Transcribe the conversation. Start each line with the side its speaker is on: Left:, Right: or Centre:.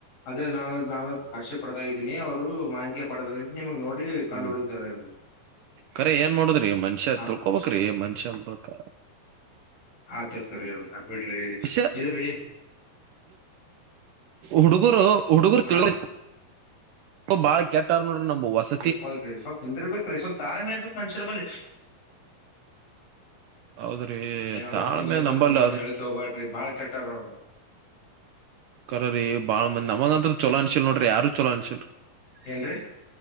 Left: ಅದೇ ನಾನು ನಾನು ಸಾಕ್ಷಿ ಪಡೆದಾಗಿದ್ದೀನಿ ಅವರು ಮಾಹಿಕೆ ಪಡೆದಲ್ಲಿ ನಿಮಗ್ ನೋಡಿ ಕಾಲ್
Right: ಪಿಚ್.
Left: ಹೊಡಿದ್ದಾರೆ ಇವರು
Right: ಕರೆ ಏನ್ ಮಾಡದ್ರಿ ಮನ್ಷ್ಯ
Left: ಹ
Right: ತಿುಳ್ಕೋಬೇಕ್ರೀ ಮನ್ಷ್ಯ ಅಂದಬಳಿಕ
Left: ಆ ತರ್ತರಿ ನಾ ಬಿಡ್ರಿ
Right: ಮನುಷ್ಯ
Left: ಇದು ರಿ.
Right: ಹುಡುಗರು ಹುಡುಗರು
Left: ಆ
Right: ತಿಳ ಬಾಳ ಕೆಟ್ಟಾರ ನೋಡ್ರಿ ನಮ ಹೊಸ
Left: ಇಪ್ಪಲ್ ಸ್ವಲ್ಪ್ ನಿಂದ್ರಬೇಕಿರಿ ಸ್ವಲ್ಪ್ ತಾಳ್ಮೆ ಇರ್ಬೇಕ್ ಮನ್ಷ್ಯರ ಬಲ್ಲಿ.
Right: ಹೌದ್ರಿ
Left: ಏನ
Right: ತಾಳ್ಮೆ
Left: ವಸತಿ ಬಗ್ಗೆ ಅದ್ರ
Right: ನಂಬಲ್ಲ
Left: ಬಗ್ಗೆ ಏನ
Right: ಅದ್ರಿ
Left: ಹೇಳೇಕ್ಕೆ ಹೋಗ್ಬಾರಡ್ರಿ ಬಾಳ್ ಕೆಟ್ಟ ಕೆಟ್ಟರ್ ಅವ್ರು.
Right: ಕರ್ರೀ ಬಾಳ್ ಮಂದ್ ನಮಗ ಅಂತ್ರ ಚಲೋ ಅನ್ಸಿಲ್ ನೋಡ್ರಿ ಯಾರು ಚಲೋ ಅನ್ಸಿಲ್ರಿ.
Left: ಏನ್ರೀ?